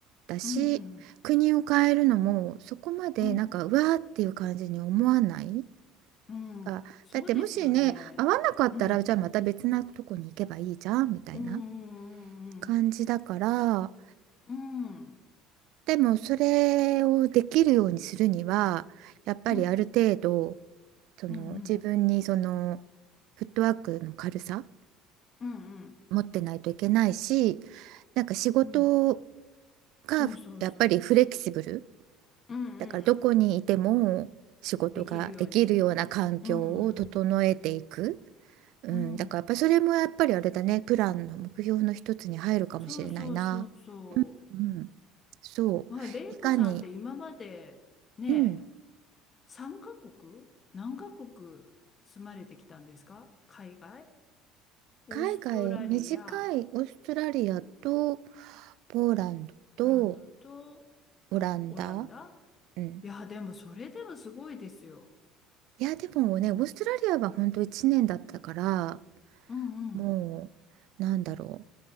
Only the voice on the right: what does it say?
だし国を変えるのもそこまでなんかうわーっていう感じに思わない
あだってもしね合わなかったらじゃあまた別なとこに行けばいいじゃんみたいな
感じだから
でもそれをできるようにするにはやっぱりある程度
その自分にその
フットワークの軽さ
持ってないといけないしなんか仕事
がやっぱりフレキシブル
だからどこにいても仕事ができるような環境を整えていく、
うん、
だからやっぱそれもやっぱりあれだねプランの目標の一つに入るかもしれないな、
うん、そういかに、
うん、
海外短いオーストラリアとポーランドと
オランダ、
うん、
いやでもねオーストラリアは本当1年だったから
もうなんだろう